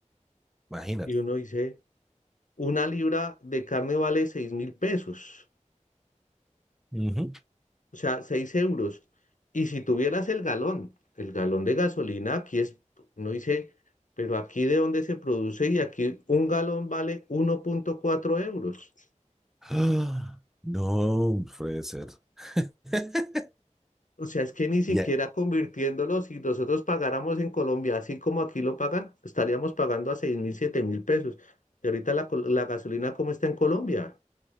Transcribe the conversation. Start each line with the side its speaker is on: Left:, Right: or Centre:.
Centre: imagínate.
Left: Y uno dice, una libra de carne vale seis mil pesos.
Centre: Ujú. <gasps>
Left: O sea, 6 euros. Y si tuvieras el galón, el galón de gasolina, aquí es, uno dice, pero aquí de dónde se produce y aquí un galón vale 1.4 euros.
Centre: Ah, No puede ser. <laughs>
Left: O sea, es que ni siquiera
Centre: Ya.
Left: convirtiéndolo, si nosotros pagáramos en Colombia, así como aquí lo pagan, estaríamos pagando a seis mil, siete mil pesos. Y ahorita la, col- la gasolina, ¿cómo está en Colombia?